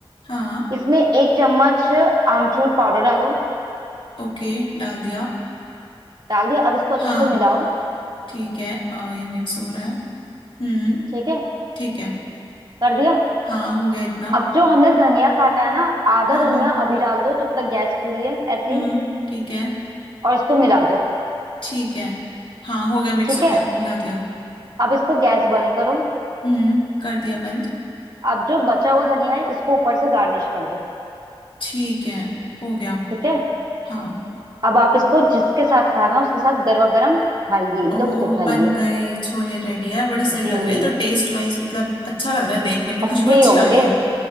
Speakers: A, on the left (about 70°); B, on the right (about 50°).
A: हाँ
B: इसमें एक चम्मच आमचूर पाउडर डालो
A: ओके डाल दिया
B: डाल दिया अब इसको अच्छे
A: हाँ
B: से मिलाओ
A: ठीक है अ, ये मिक्स हो रहा है हम्म
B: ठीक है
A: ठीक है
B: कर दिया
A: हाँ हो गया इतना
B: अब जो हमने धनिया काटा है ना आधा
A: हाँ
B: धनिया
A: हाँ
B: अभी डाल दो जब तक गैस खुली है ऐसे
A: हम्म
B: ही
A: ठीक है
B: और इसको मिला दो
A: ठीक है हाँ हो गया मिक्स
B: ठीक
A: हो
B: है
A: गया मिला दिया
B: अब इसको गैस बंद करो
A: हम्म कर दिया बंद
B: अब जो बचा हुआ धनिया है इसको ऊपर से गार्निश कर दो
A: ठीक है हो गया
B: ठीक है
A: हाँ
B: अब आप इसको जिसके साथ खाना है उसके साथ गर्मा गर्म खाइए
A: ओ
B: लुफ्त उठाइए
A: बन गए छोले रेडी है बड़े सही
B: जी
A: लग रहे हैं तो टेस्ट वाइज मतलब अच्छा लग रहा है देखने में
B: अच्छे
A: खुशबू अच्छी
B: ही होंगे
A: आ रही है